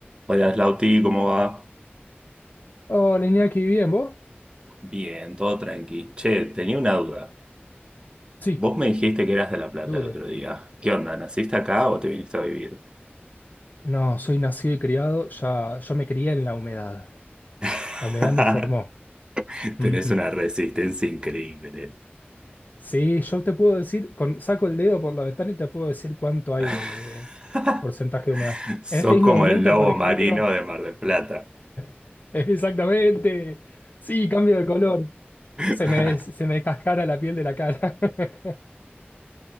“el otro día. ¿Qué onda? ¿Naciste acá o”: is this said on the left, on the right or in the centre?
Right